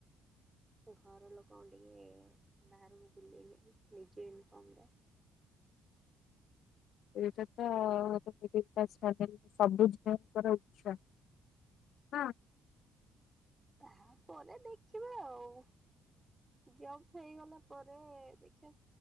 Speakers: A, on the right (about 15°); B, on the left (about 70°).
A: ଘର ଲୋକଣ ଟିକେ ବାହାରକୁକୁ ଭଲେଇନଜ ନିଜେ ଇନକମ୍ ରେ
B: ଏଇଟା ତ ସୁବୁ ଝିଅଙ୍କର ଉଛା ନା।
A: ତାପରେ ଦେଖିବା ଆଉ ଜବ ହେଇଗଲା ପରେ ଦେଖିବା